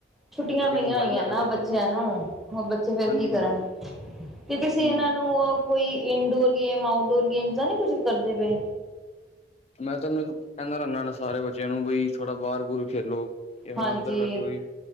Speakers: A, in the centre; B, on the left.
A: ਛੁੱਟੀਆਂ
B: ਫਿਰ ਕਦੀ
A: ਪਈਆਂ
B: ਮੋਬਾਇਲ
A: ਹੋਈਆਂ
B: ਲੈ ਕੇ
A: ਨਾ
B: ਬਹਿ
A: ਬੱਚਿਆਂ
B: ਜਾਣਗੇ
A: ਨੂੰ ਬੱਚੇ ਫੇਰ
B: ਹਾਂਜੀ
A: ਕੀ ਕਰਨ
B: ਹਾਂਜੀ
A: ਤੇ ਤੁਸੀਂ
B: ਹਮ
A: ਇਹਨਾਂ ਨੂੰ ਕੋਈ ਇੰਡੋਰ ਗੇਮ ਆਊਟਡੋਰ ਗੇਮ ਜਾਂ ਨੀ ਕੁਝ ਕਰਦੇ ਪਏ
B: ਮੈਂ ਤੁਹਾਨੂੰ ਕੈਂਦਾ ਰੈਂਦਾ ਹ ਸਾਰੇ ਬੱਚਿਆਂ ਨੂੰ ਬਈ ਥੋੜਾ ਬਾਹਰ ਬੂਰ ਖੇਲੋ ਕੇ ਥੋੜਾ
A: ਹਾਂਜੀ
B: ਅੰਦਰ ਬੈ ਕੇ ਕੋਈ